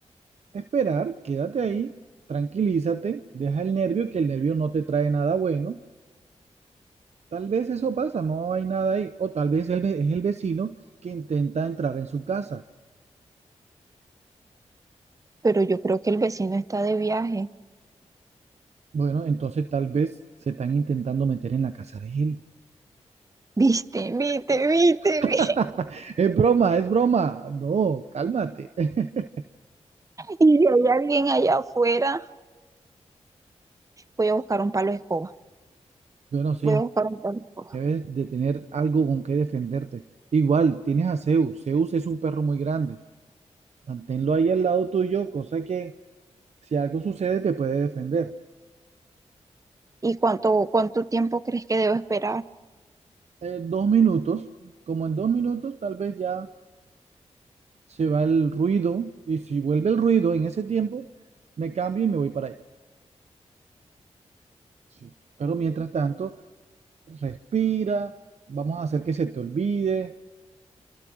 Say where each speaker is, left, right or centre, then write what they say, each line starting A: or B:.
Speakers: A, on the right (about 65°); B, on the right (about 25°).
A: Esperar, quédate ahí, tranquilízate, deja el nervio, que el nervio no te trae nada bueno. Tal vez eso pasa, no hay nada ahí. O tal vez el ve- es el vecino que intenta entrar en su casa.
B: Pero yo creo que el vecino está de viaje.
A: Bueno, entonces tal vez se están intentando meter en la casa de él.
B: Viste, viste, viste,
A: <laughs>
B: <laughs> viste.
A: Es broma, es broma. No, cálmate. <laughs>
B: Y si hay alguien allá afuera, voy a buscar un palo de escoba.
A: Bueno, sí,
B: Voy a buscar un palo de escoba.
A: debes de tener algo con que defenderte. Igual, tienes a Zeus. Zeus es un perro muy grande. Manténlo ahí al lado tuyo, cosa que si algo sucede te puede defender.
B: ¿Y cuánto, cuánto tiempo crees que debo esperar?
A: eh, dos minutos, como en dos minutos tal vez ya se va el ruido y si vuelve el ruido en ese tiempo, me cambio y me voy para allá. Sí. Pero mientras tanto, respira, vamos a hacer que se te olvide,